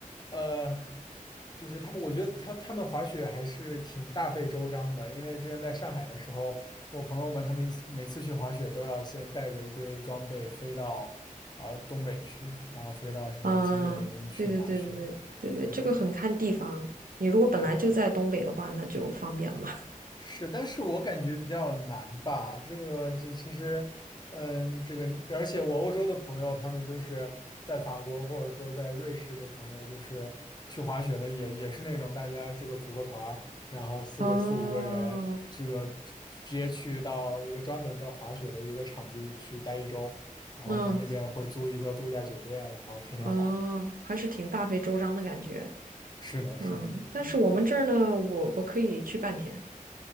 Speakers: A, on the left; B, on the right.
A: 呃，就是他们，我觉得他他们滑雪还是挺大费周章的，因为之前在上海的时候。我朋友们他们一起每次去滑雪都要先带着一堆装备飞到啊、东北去，然后飞到什么吉林去滑雪。
B: 嗯，对对对对对对对，
A: 对，
B: 这个很看地方。你如果本来就在东北的话，
A: 是的吧？
B: 那就方便了嘛。
A: 是，但是我感觉比较难吧。这个，这其实，嗯，这个，而且我欧洲的朋友，他们就是在法国或者说在瑞士的朋友，就是去滑雪的也，也是那种大家这个组个团儿然后四个四五个人，
B: <laughs> 哦，
A: 这个直直接去到一个专门的滑雪的一个场地去待一周，然后在那边会租一个度假酒店，
B: 那
A: 然后天天滑。
B: 哦，还是挺大费周章的感觉。
A: 是的，
B: 嗯，
A: 是的，
B: 但是我们这儿呢，
A: 嗯，
B: 我我可以去半天。